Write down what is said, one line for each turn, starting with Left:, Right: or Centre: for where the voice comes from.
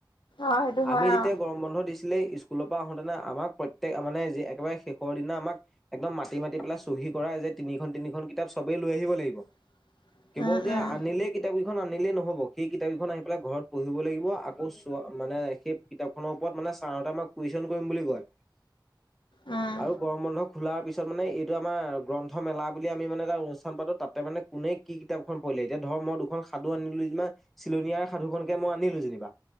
Left: অ সেইটো হয়
Centre: আমি যেতিয়া
Left: অ
Centre: গৰম বন্ধ দিছো। আছিলে স্কুলৰ পৰা আহোতেনে আমাক প্ৰত্যেক মানে একেবাৰে শেষৰ দিনা আমাক একদম মাতি মাতি পেলাই চহী হেৰি কৰা যে তিনিখন, তিনিখন কিতাপ চবেই লৈ আহিব লাগিব।
Left: <inaudible>
Centre: কেৱল যে
Left: উম
Centre: আনিলে কিতাপ সেইখন আনিলে নহ'ব সেই কিতাপ কেইখন আনি পেলাই ঘৰত পঢ়িব লাগিব আকৌ ছ মানে সেই কিতাপখনৰ কত মানে ছাৰ হতে আমাক কোৱেইছন কৰিম বুলি কয়
Left: উম
Centre: আৰু গৰম বন্ধ খোলাৰ পিছত পিছত মানে এইটো আমাৰ গ্ৰন্থ মেলা বুলি আমি মানে এটা অনুষ্ঠান পাতো তাতে মানে কোনে কি কিতাপ খন পৰিলে এতিয়া ধৰ মই দুখন সাধু আনিলো। যেনিবা চিলনিয়াৰ সাধুখনকে মই আনিলো যেনিবা।